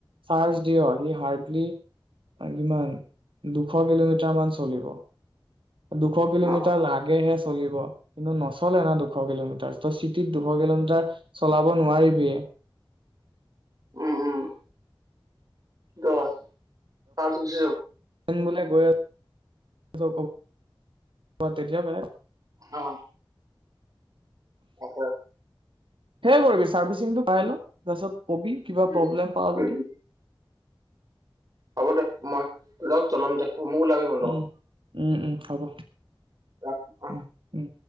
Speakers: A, on the right; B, on the right.
A: চাৰ্জ দিয় সি হাৰ্ডলি কিমান দুশ কিলোমিটাৰ মান চলিব দুশ কিলোমিটাৰ
B: অ',
A: লাগেহে চলিব কিন্তু নচলে ন দুশ কিলোমিটাৰ তই চিটিত দুশ কিলোমিটাৰ চলাব নোৱাৰিবি
B: উম উম দছ চাৰ খুচি যাব
A: আমি বোলে গৈ আছো তেতিয়া বেলেগ কথা
B: অ আছা
A: সেইবোৰে বেছি চাৰবিচিং তো কৰাই ল তাৰ পিচত কবি কিবা
B: উম
A: পবলেম হলে
B: উম হ'ব দে মই লগ জনাম দে মোক ওলাবি মোৰ লগত
A: উম উম উম হ'ব
B: ৰাখো অ
A: উম উম